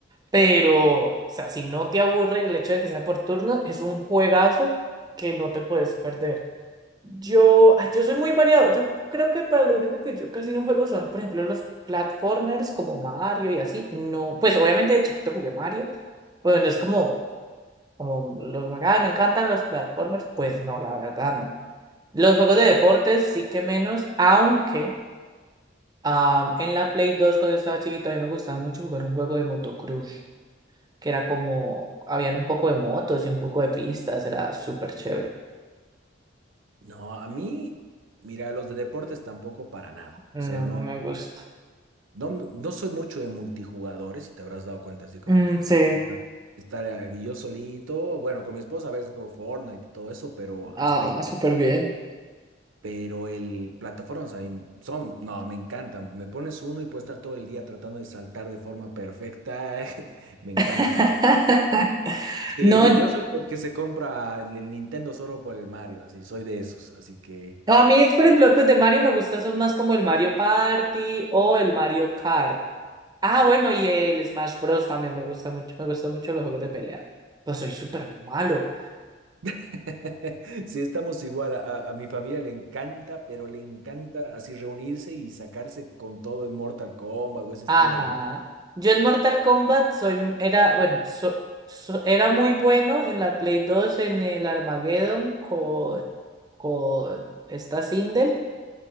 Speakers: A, on the right; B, on the right.
A: Pero, o sea, si no te aburre el hecho de que sea por turnos, es un juegazo que no te puedes perder. Yo, ah, yo soy muy variado. Yo creo que para lo único que yo casi no juego son, por ejemplo, los platformers como Mario y así. No, pues obviamente de chiquito jugué Mario, bueno es como, como los, "Ay, me encantan los platformers. Pues no, la verdad no. Los juegos de deportes sí que menos, aunque ah, en la Play 2 cuando estaba chiquito a mí me gustaba mucho jugar un juego de motocross, que era como, habían un poco de motos y un poco de pistas, era súper chévere.
B: No, a mí, mira, los de deportes tampoco para nada.
A: No,
B: O sea, no,
A: no me gusta.
B: no, me- no soy mucho de multijugadores, si te habrás dado cuenta, así como
A: Mm,
B: que me
A: sí.
B: gusta estar aquí yo solito. Bueno, con mi esposa a veces juego Fortnite y todo eso, pero
A: Ah,
B: hasta ahí.
A: súper bien.
B: Pero el plataformas a mí son, no, me encantan. Me pones uno y puedo estar todo el día tratando de saltar de forma perfecta. <laughs> Me encantan.
A: <laughs>
B: Sí,
A: No,
B: yo, yo soy de los que se compra el Nintendo solo por el Mario, así, soy de esos, así que.
A: a mí, por ejemplo, pues de Mario me gustan son más como el Mario Party o el Mario Kart. Ah, bueno, y el Smash Bros. también me gusta mucho. Me gustan mucho los juegos de pelea. Pues soy súper malo.
B: <laughs> Sí, estamos igual. A, a mi familia le encanta, pero le encanta así reunirse y sacarse con todo en Mortal Kombat o ese estilo
A: Ajá.
B: de juego.
A: Yo en Mortal Kombat soy, era, bueno, so- so- era muy bueno en la Play 2 en el Armageddon con, con esta Sindel.